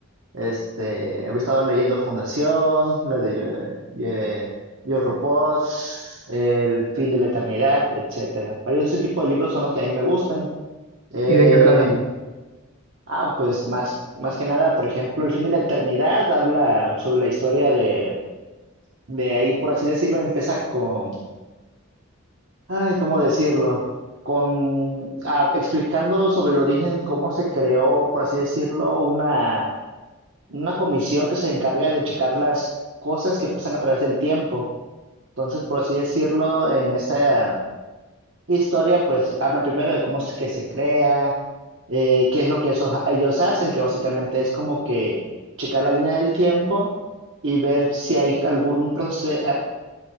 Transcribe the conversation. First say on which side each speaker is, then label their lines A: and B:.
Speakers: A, on the right; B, on the right.
A: Este, he estado leyendo Fundación, la de Yo, eh, Yo, Robot, El fin de la eternidad, etcétera. Varios de ese tipo de libros son los que a mí me gustan. Eh,
B: ¿Y de qué tratan?
A: ah, pues más, más que nada, por ejemplo, El fin de la eternidad habla sobre la historia de, de ahí, por así decirlo, empieza con Ay, ¿cómo decirlo? Con, ah, explicando sobre el origen, cómo se creó, por así decirlo, una, una comisión que se encarga de checar las cosas que pasan a través del tiempo. Entonces, por así decirlo, en esta historia, pues hablan primero de cómo es que se crea, eh, qué es lo que esos- ellos hacen, que básicamente es como que checar la línea del tiempo y ver si hay algún proceso,